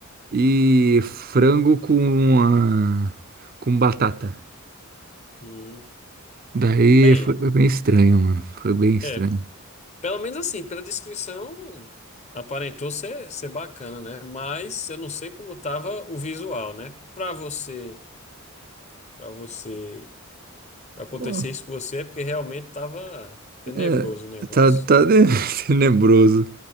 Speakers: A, on the right; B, on the left.
A: e frango com, a- com batata.
B: Hum.
A: Daí
B: Bem,
A: foi bem estranho, mano. Foi bem estranho.
B: é, pelo menos assim, pela descrição, aparentou ser, ser bacana, né? Mas eu não sei como tava o visual, né? Pra você. para você acontecer
A: Bom,
B: isso com você é porque realmente estava tenebroso
A: é,
B: o negócio.
A: tá, tá de- <laughs> tenebroso.